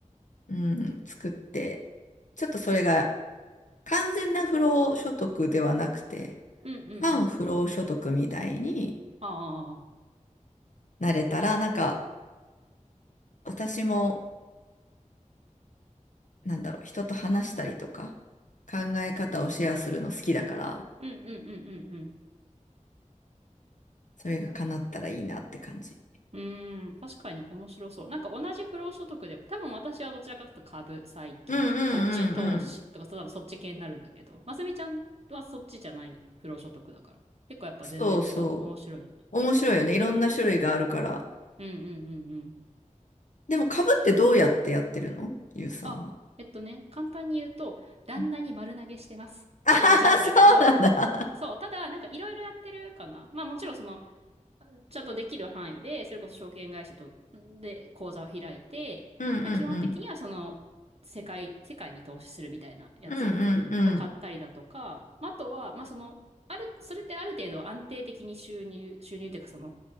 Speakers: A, on the left (about 70°); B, on the right (about 50°).
A: うん。作って。ちょっとそれが完全な不労所得ではなくて、
B: うんうんうん。
A: 反不労所得みたいに
B: ああ、ああ
A: なれたら、なんか私も、なんだろう、人と話したりとか、考え方をシェアするの好きだから、
B: うんうんうんうんうん。
A: それが叶ったらいいなって感じ。
B: うーん、確かに面白そう。なんか同じ不労所得でも、多分私はどちらかというと株、債券、
A: うんう
B: 土地投資とか、
A: んうんうん。
B: 多分そっち系になるんだけど、ますみちゃんはそっちじゃない不労所得だから。結構やっぱ全然違って面白い。
A: そうそう。面白いよね。いろんな種類があるから。
B: うんうんうんうん。
A: でも、株ってどうやってやってるのゆうさんは。
B: あ、えっとね、簡単に言うと、旦那に丸投げしてますって感じなんだけど、
A: うん <laughs> あはそうなんだ。
B: そう、ただ、なんかいろいろやってるかな。まあもちろんその、ちゃんとできる範囲で、それこそ証券会社と、で、口座を開いて、
A: うんうんうん。
B: まあ基本的にはその、世界、世界に投資するみたいなやつを買ったりだとか、
A: うんうんうん。
B: まああとは、まあその、ある、それってある程度安定的に収入、収入っていうかその、